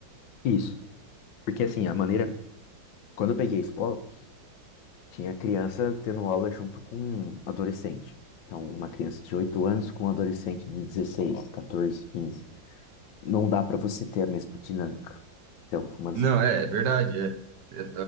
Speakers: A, on the left (about 75°); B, on the right (about 70°).
A: Isso, porque assim, a maneira, quando eu peguei a escola, tinha criança tendo aula junto com um adolescente. Então, uma criança de 8 anos com um adolescente de 16, 14, quinze não dá pra você ter a mesma dinâmica. Então, uma das...
B: Não, é, é verdade. É, É, é,